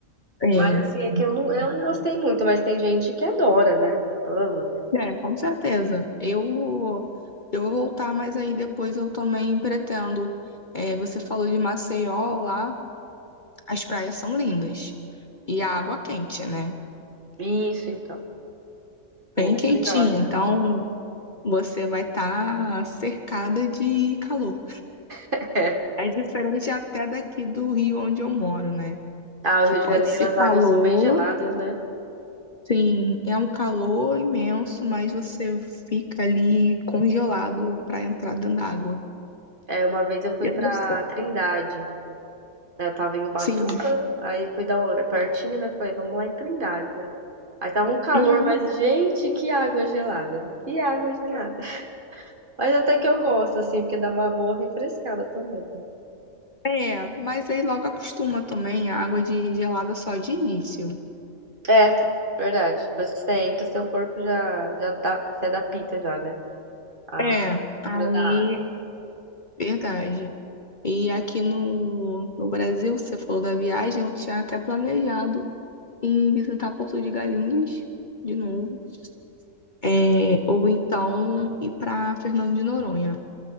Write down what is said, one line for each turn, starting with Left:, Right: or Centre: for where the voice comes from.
Left: é.
Right: Mas assim, é que eu não, eu não gostei muito, mas tem gente que adora, né? Ama, né?
Left: É, com certeza. Eu, eu vou voltar, mas aí depois eu também pretendo. É, você falou de Maceió lá, as praias são lindas. E a água quente, né?
Right: Isso, então.
Left: Bem
Right: O
Left: quentinha.
Right: melhor, né?
Left: Então você vai estar cercada de calor.
Right: <laughs>
Left: É diferente até daqui do Rio onde eu moro, né?
Right: Ah,
Left: Que
Right: o Rio
Left: pode
Right: de Janeiro,
Left: ser
Right: as
Left: calor,
Right: águas são bem geladas, né?
Left: sim, é um calor imenso, mas você fica ali congelado para entrar dentro d'água.
Right: É, uma vez eu fui
Left: Eu
Right: pra
Left: não sei.
Right: Trindade, né? Eu tava em Ubatuba,
Left: Sim.
Right: aí fui dar uma é pertinho, né? Falei, vamos lá em Trindade, né? Aí tava um calor,
Left: Uhum.
Right: mas gente, que água gelada, né? que água gelada. Mas até que eu gosto, assim, porque dá uma boa refrescada também, né?
Left: É, mas aí logo acostuma também a água de gelada só de início.
Right: É, verdade. Depois que você entra, seu corpo já, já dá, se adapta já, né? A
Left: É,
Right: temperatura
Left: aí,
Right: da água.
Left: verdade. E aqui no, no Brasil, você falou da viagem, eu tinha até planejado em visitar Porto de Galinhas de novo, é, ou então ir para Fernando de Noronha,